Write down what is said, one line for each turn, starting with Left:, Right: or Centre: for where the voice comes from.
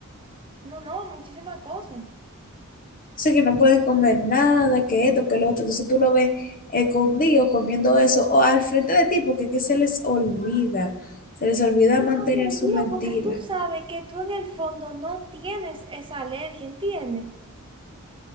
Right: No, no, muchísimas cosas.
Left: Sé que no pueden comer nada, que esto, que lo otro. Entonces tú lo ves escondido comiendo eso o al frente de ti porque es que se les olvida. Se les olvida
Right: Eso
Left: mantener
Right: se olvida
Left: su mentira
Right: porque tú sabes que tú en el fondo no tienes esa alergia, ¿entiendes?